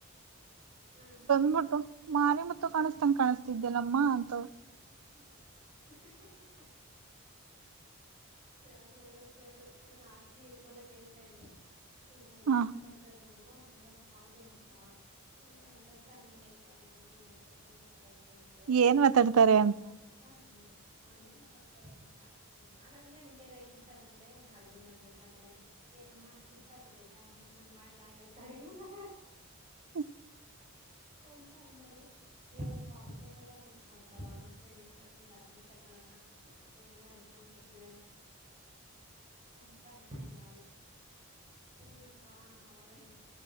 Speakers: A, on the right (about 25°); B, on the right (about 75°).
A: ಹ್ಮ್ ಹ್ಮ್
B: ಅಬಿಟ್ಟು
A: ಹ
B: ಮನೆ ಮತ್ತು ಕಾಣಿಸ್ತಂಗ ಕಾಣಿಸ್ತಿದ್ದ್ಯಲ್ಲಮ್ಮ ಅಂತ
A: <inaudible> ಸರ್ ಒಳ್ಳೆ ಸರ್ ಆತನೀ ಇದ ಮಲ ಹೇಳ್ತಾ ಇದೆ ಹಿಂಗೆ ಎಲ್ಲಾ
B: ಹ
A: ಆಟಾಡ್ತಾರ ಅವರು ಅಂದ್ರೆ ಹೌದೇನಕ್ಕ ಒಳ್ಳೆ ಅಂಡರ್ಸ್ಟ್ಯಾಂಡಿಂಗ್ ಆಯ್ತ ಅವರಿಬ್ಬರಿಗುನೆೇ ಹತ್ರ ತಗ ಅವ್ರ ಹಸ್ಬೆಂಡ್ಗೆ
B: ಏನ್ ಮಾತಾಡ್ತಾರೆ
A: ಅಂತ ಅಂದ್ರು ಅನ್ ಮಾತ
B: <inaudible>
A: ನಾನ್ ಅಂದೆ ಹಿಂಗಗೆ ರಗಸ್ತಾರಂತೆ ಅಡ್ಗೆ ಮಾಡ್ಬೇಕಾದ್ರೆ ಏನಮ್ಮ ಸುಸ್ತ ಆಗ್ಬಿಟ್ಟೈತಾ ಮತ್ ನನ್ ಮಾಡ್ಲಾ ಇವತ್ತ ಅಡ್ಗೆನ
B: <inaudible>
A: ಅಂತ ಅನ್ನೋದು ಏನಕ್ಕ ಅಷ್ಟೊದೆಲ್ಲಾ ಹೆಲ್ಪ್ ಮಾಡ್ತಾರ ಮತ್ತೆ ನೇಹತ್ರಕ ಅದೃಷ್ಟ ಕಕ್ಕ ಒಳ್ಳೆ ಹಸ್ಬೆಂಡ್ ಸಿಕ್ಕಿದ್ದಾರೆ ಅಂತ ಅಂತ ಇಲ್ಲ ಅವಳು ಹೂನಪ್ಪಾ ಅವ್ರೇನು